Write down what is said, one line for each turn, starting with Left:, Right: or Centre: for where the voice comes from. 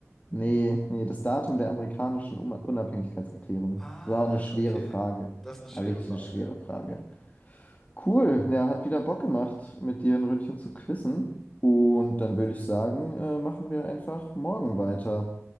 Left: Nee, nee, das Datum der amerikanischen Um- Unabhängigkeitserklärung.
Centre: Ah,
Left: Das war auch eine schwere
Centre: okay.
Left: Frage.
Centre: Das ist eine schwere
Left: War wirklich
Centre: Frage,
Left: eine schwere
Centre: ja.
Left: Frage. Cool, ja, hat wieder Bock gemacht, mit dir ein Ründchen zu quizzen. Und dann würde ich sagen, äh, machen wir einfach morgen weiter.